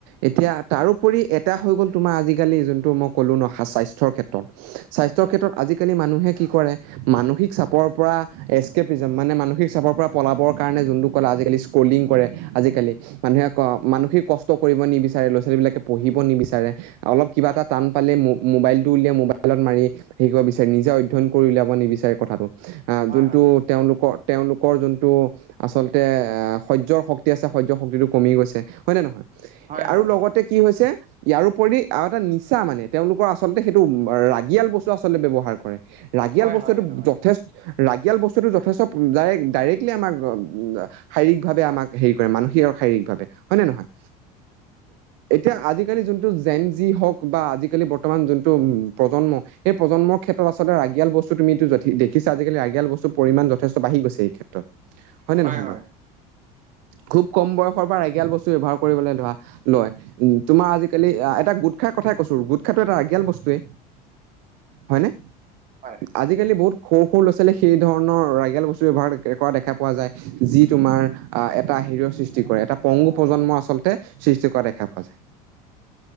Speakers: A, on the right; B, on the right.
A: এতিয়া তাৰোপৰি এটা হৈ গ'ল তোমাৰ আজিকালি যোন ত' মই ক'লো ন হা-স্বাস্থ্যৰ ক্ষেত্ৰত। স্বাস্থ্যৰ
B: হয়
A: ক্ষেত্ৰত আজিকালি মানুহে কি কৰে, মানসিক চাপৰ পৰা এছকেপিজম মানে, মানুহে িক চাপৰ পৰা পলাবৰ কাৰণে যোনটো কলে আজিকালি স্ক্ৰলিং কৰে আজিকালি মানুহে মানসিক কষ্ট কৰিব নিবিচাৰে ল' ছোৱালীবিলাকে পঢ়িব নিবিচাৰে অলপ কিবা
B: হয়
A: এটাত মোবাইল টো উলিয়াই মোবাইলত মাৰি শিকিব বিচাৰে নিজে অধ্যয়ন কৰি উলিয়াব নিবিচাৰে কথাটো আহ
B: হয়
A: যোনটো
B: হয়
A: তেওঁলোকৰ তেওঁলোকৰ যোনটো আচলতে সহ্যয়ৰ শক্তি আছে সহ্য শক্তিটো কমি গৈছে হয় নে নহয়
B: হয়
A: আৰু
B: হয় হয়
A: লগতে কি হৈছে ইয়াৰোপৰি আৰু এটা নি ইচ্ছা মানে তেওঁলোকৰ আচলতে সেইটো ৰাগিয়াল বস্তু আচলতে ব্যৱহাৰ কৰে ৰাগিয়াল
B: হয়
A: বস্তুটো
B: হয় সেইটো হয়
A: যথেষ্ট ৰাগিয়াল বস্তুটো যথেষ্ট ডাইৰেক্ ডাইৰেক্টলি আমাক শাৰীৰিকভাৱে আমাক হেৰি কৰে মানসিক শৰীৰিক ভাৱে হয় ন নহয় এতিয়া আজিকালি যোনটো জেন যি হওক বা আজিকালি বৰ্তমান যোনটো প্ৰজন্ম সেই প্ৰজন্মৰ ক্ষেত্ৰত আচলতে ৰাগিয়াল বস্তু তুমিটো দেখিল আজিকালি ৰাগিয়াল বস্তুৰ পৰিমাণ যথেষ্ট বাঢ়ি গৈছে এই ক্ষেত্ৰত হয়নে
B: হয়
A: নহয়
B: হয়
A: বাৰু খুব কম বয়সৰ পৰা বস্তু ব্যৱহাৰ কৰিবলৈ ধৰা লয় তোমাৰ আজাকালি এটা গট খ কৈছো গুটখাটো এটা ৰাগিয়াল বস্তুৱে হয় নে
B: হয়
A: আজিকালি বহুত সৰু সৰু ল' ছোৱালী সেই ধৰণৰ বস্তু ব্যৱহাৰ কৰা দেখা পোৱা যায় যি তোমাৰ আহ এটা হেৰিয়ৰ সৃষ্টি কৰে এটা পংগু প্ৰজন্মৰ আচলতে সৃষ্টি কৰা দেখা পোৱা যায়